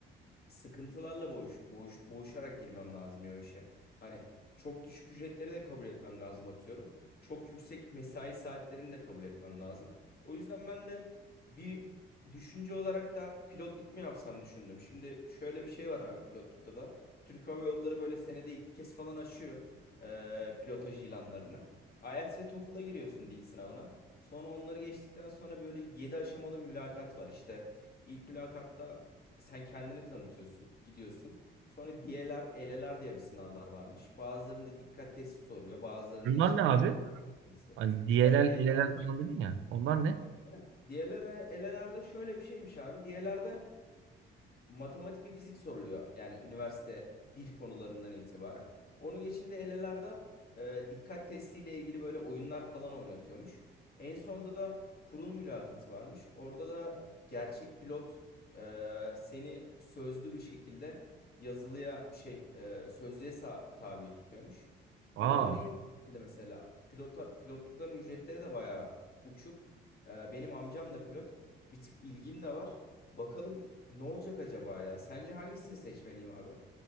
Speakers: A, on the left; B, on the right.
A: sıkıntılarla boğuş, boğuş, boğuşarak girmem lazım ya o işe. Hani çok düşük ücretleri de kabul etmem lazım atıyorum. Çok yüksek mesai saatlerini de kabul etmem lazım. O yüzden ben de bir düşünce olarak da pilotluk mu yapsam düşündüm. Şimdi şöyle bir şey var abi pilotlukta da. Türk Hava Yolları böyle senede iki kez falan açıyor eee, pilotaj ilanlarını. IELTS ve TOEFL'a giriyorsun dil sınavına. Sonra onları geçtikten sonra böyle 7 aşamalı bir mülakat var işte. İlk mülakatta sen kendini tanıtıyorsun, gidiyorsun. Sonra DLR, ELE'ler diye bir sınavlar varmış. Bazılarında dikkat testi soruyor, bazılarında
B: Bunlar
A: işte
B: ne
A: genel
B: abi?
A: bilgisi.
B: Hani DLL,
A: Ya DLR,
B: LLL falan dedin ya. Onlar ne?
A: DLR, ELE'lerde şöyle bir şeymiş abi. DLR'de matematik ve fizik soruluyor. Yani üniversite bir konularından itibaren. Onu geçinde elelarda e, dikkat testiyle ilgili böyle oyunlar falan oynatıyormuş. En sonda da kurul mülakatı varmış. Orada da gerçek pilot e, seni sözlü bir şekilde yazılıya şey e, sözlüğe sa- tabi tutuyormuş.
B: Aa.
A: Bu da bana ilginç geldi mesela. Pilota, pilotlukların ücretleri de bayağı uçuk. E, benim amcam da pilot. Bir tık ilgim de var. Bakalım ne olacak acaba ya? Sence hangisini seçmeliyim abi?